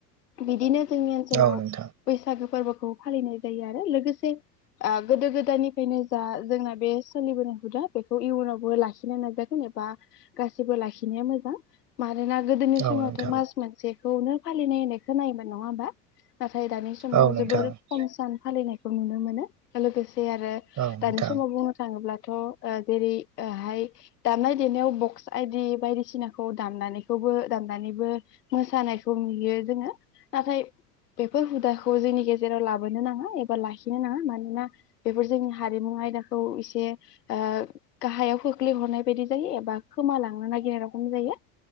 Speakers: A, on the left; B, on the right.
A: बिदिनो जोंनि ओनसोलाव
B: औ नोंथां
A: बैसागो फोरबोखौ फालिनाय जायो आरो लोगोसे आ गोदो गोदायनिफ्रायनो जा जोंना बे सोलिबोनो हुदा बेखौ इयुनावबो लाखिनो नाजागोन एबा गासिबो लाखिनाया मोजां मानोना गोदोनि
B: औ
A: समावथ'
B: नोंथां
A: मास मोनसेखौनो फालिनाय होननायखौनायोम नङा होमबा नाथाय दानि समाव
B: औ नोंथां
A: जोबोर खम सान फालिनायखौ नुनो मोनो लोगोसे से आरो
B: औ नोंथां औ
A: दानि समाव बुंनो थाङोब्लाथ' ओ जेरै हाय दामनाय देनायाव बक्स आइदि बायदिसिनाखौ दामनानैखौबो दामनानैबो मोसानायखौ नुयो जोङो नाथाय बेफोर हुदाखौ जोंनि गेजेराव लाबोनो नाङा एबा लाखिनो नाङा मानोना बेफोर जोंनि हारिमु आयदाख खौ एसे ओ गाहायाव खोख्लैहरनाय बायदि जायो एबा खोम लांनो नागिरनाय रखम जायो